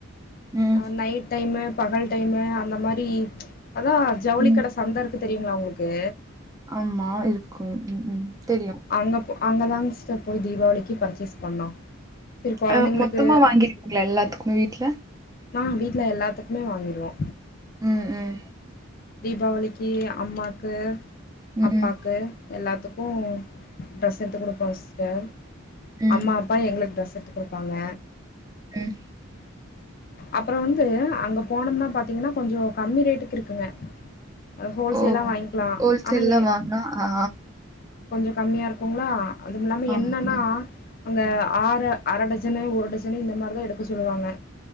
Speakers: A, on the right; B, on the left.
A: ம்
B: அ நைட் டைமு பகல் டைமு அந்த மாரி அதா ஜவுளி
A: ம்
B: கட சந்த இருக்கு தெரியுங்ளா உங்களுக்கு
A: ஆமா இருக்கும் ம் ம் தெரியு
B: ஆ அங்க போ அங்க தாங்க ஸ்டர் போய் தீபாவளிக்கு பர்ச்சேஸ் பண்ணோ சரி கொழந்தைங்களுக்கு
A: அ மொத்தமா வாங்கிர்க்கீங்களா எல்லாத்துக்குமே வீட்ல
B: ஆ வீட்ல எல்லாத்துக்குமே வாங்கிருவோ
A: ம் ம்
B: தீபாவளிக்கு அம்மாக்கு அப்பாக்கு
A: ம்
B: எல்லாத்துக்கு டிரெஸ் எடுத்து குடுப்போ சிஸ்டர்
A: ம்
B: அம்மா அப்பா எங்களுக்கு ட்ரெஸ் எடுத்து குடுப்பாங்க
A: ம்
B: அப்புறோ வந்து அங்க போனம்னா பாத்தீங்கன்னா கொஞ்சோ கம்மி ரேட்டுக்கு இருக்குங்க ஹ ஹோல்சேல்லா
A: ஓ
B: வாங்கிக்கலா
A: ஹோல்சேல்லா
B: ஆனா ஏ
A: வாங்குனா ஆ
B: கொஞ்ச கம்மியா இருக்குங்களா அதுமில்லாம
A: ஆம்
B: என்னன்னா
A: ம்
B: அங்க ஆறு அரை டஜனு ஒரு டஜனு இந்த மாரிதா எடுக்க சொல்லுவாங்க